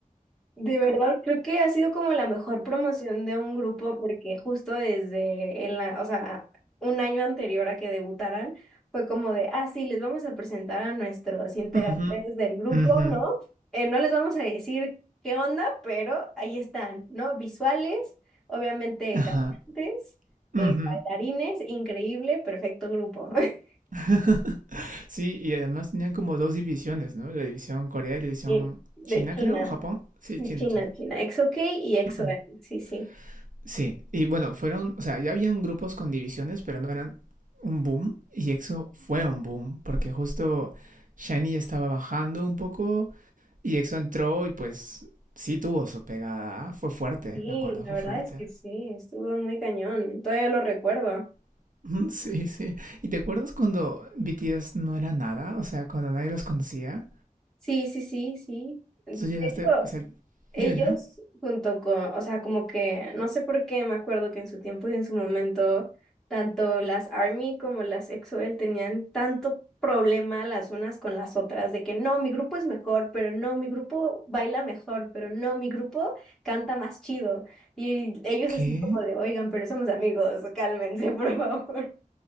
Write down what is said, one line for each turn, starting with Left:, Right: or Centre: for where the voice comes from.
Centre: de verdad creo que ha sido como la mejor promoción de un grupo porque justo desde en la o sea, un año anterior a que debutaran fue como de, ah, sí, les vamos a presentar a nuestros integrantes
Right: Ujú,
Centre: del grupo,
Right: ujú,
Centre: ¿no? Eh, no les vamos a decir qué onda, pero ahí están, ¿no? Visuales, obviamente
Right: ajá.
Centre: cantantes,
Right: Ujú.
Centre: eh, bailarines, increíble, perfecto grupo. <laughs>
Right: <laughs> Sí, y además tenían como 2 divisiones, ¿no? La división Corea y la división
Centre: Y De
Right: China,
Centre: China.
Right: creo, o Japón. Sí,
Centre: Sí,
Right: China,
Centre: China,
Right: China.
Centre: China. EXO-K y EXO-N.
Right: <clears throat>
Centre: Sí, sí.
Right: Sí, y bueno, fueron, o sea, ya habían grupos con divisiones, pero no eran un boom, y EXO fue un boom, porque justo Shiny estaba bajando un poco, y EXO entró y pues sí tuvo su pegada, ¿ah? fue fuerte,
Centre: Sí,
Right: me acuerdo,
Centre: la
Right: fue
Centre: verdad
Right: fuerte.
Centre: es que sí, estuvo muy cañón. Todavía lo recuerdo.
Right: <laughs> Ujú, Sí, sí. ¿Y te acuerdas cuando BTS no era nada? O sea, cuando nadie los conocía.
Centre: Sí, sí, sí, sí. De
Right: tú llegaste,
Centre: hecho,
Right: o sea,
Centre: Ellos
Right: dime, dime.
Centre: junto con, o sea, como que, no sé por qué me acuerdo que en su tiempo y en su momento, tanto las ARMY como las EXO-L tenían tanto problema las unas con las otras, de que no, mi grupo es mejor, pero no, mi grupo baila mejor, pero no, mi grupo canta más chido. Y ellos
Right: ¿Qué?
Centre: así como de, oigan, pero somos amigos, cálmense, <laughs> por favor.